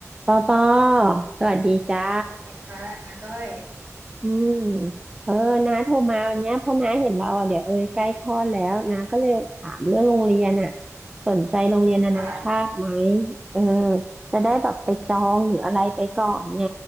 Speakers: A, on the right; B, on the right.
A: ปอปอสวัสดีจ้า
B: สวัสดีค่ะนาก้อย
A: อืมเออน้าโทรมาวันเนี้ย เพราะน้าเห็นเราอ่ะเดี๋ยวเออใกล้คลอดแล้วน้าก็เลยถามเรื่องโรงเรียนอ่ะสนใจโรงเรียนนานาชาติไหม
B: ค่ะ
A: เออจะได้แบบไปจองหรืออะไรไปก่อนไง